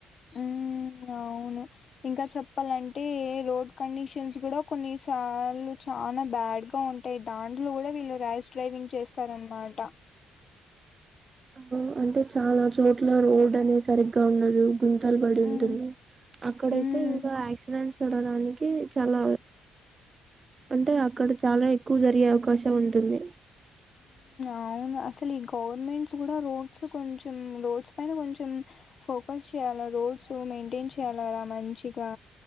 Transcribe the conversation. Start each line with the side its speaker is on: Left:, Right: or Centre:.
Left: ఉమ్ అవును ఇంకా చెప్పాలంన్ అంటే రోడ్ కండిషన్స్ కూడా కొన్నిసార్లు చాలా బ్యాడ్గా ఉంటాయి దాంట్లో కూడా వీళ్ళు ర్యాస్ డ్రైవింగ్ చేస్తారన్నమాట
Right: అ అంటే చాలా చోట్ల రోడ్ అనే సరిగ్గా ఉండదు గుంతలు పడి ఉంటుంది,
Left: ఉమ్
Right: అక్కడయితే
Left: ఉమ్
Right: ఇంకా యాక్సిడెంట్స్ జరగడానికి చాలా అంటే ఇక్కడ చాలా ఎక్కువ జరిగే అవకాశం ఉంటుంది
Left: అవును అసలు ఈ గవర్నమెంట్స్ కూడా రోడ్స్ కొంచెం రోడ్స్ పైన కొంచెం ఫోకస్ చేయాల రోడ్స్ మెయింటైన్ చేయ్యాలి కదా మంచిగా